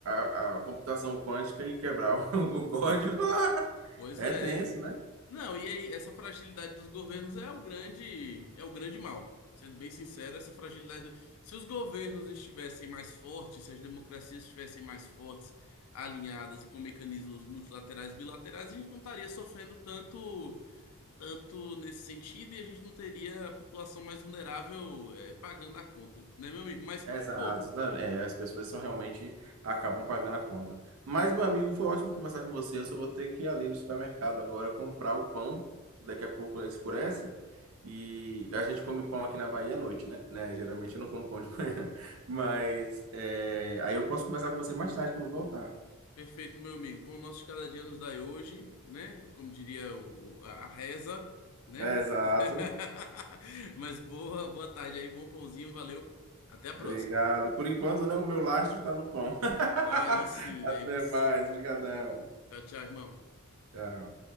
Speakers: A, on the right; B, on the left.
A: a- a computação quântica e quebrar o, <laughs> o código.
B: Hum.
A: <laughs>
B: Pois
A: É
B: é.
A: tenso, né?
B: Não, e aí, essa fragilidade dos governos é o grande, é o grande mal. Sendo bem sincero, essa fragilidade. do- Se os governos estivessem mais fortes, se as democracias estivessem mais fortes, alinhadas e com mecanismos multilaterais e bilaterais, a gente não estaria sofrendo tanto, tanto nesse sentido e a gente não teria a população mais vulnerável, eh, pagando a conta, né, meu amigo? Mas,
A: Exato,
B: pô.
A: tá- é, as pessoas são realmente acabam pagando a conta. Mas, meu amigo, foi ótimo conversar com você. Eu só vou ter que ir ali no supermercado agora comprar o pão. Daqui a pouco escurece. E a gente come pão aqui na Bahia à noite, né? Né, Geralmente eu não como pão de <laughs> manhã. Mas é, aí eu posso conversar com você mais tarde quando voltar.
B: Perfeito, meu amigo. Pão nosso de cada dia nos dai hoje, né? Como diria o, o- a a reza, né?
A: Exato.
B: <laughs> Mas boa, boa tarde aí, bom pãozinho, valeu. Até a próxima.
A: Obrigado. Por enquanto, né? O meu lastro está no pão. <laughs>
B: Aí sim,
A: Até
B: aí você.
A: mais. Obrigadão.
B: Tchau, tchau, irmão.
A: Tchau.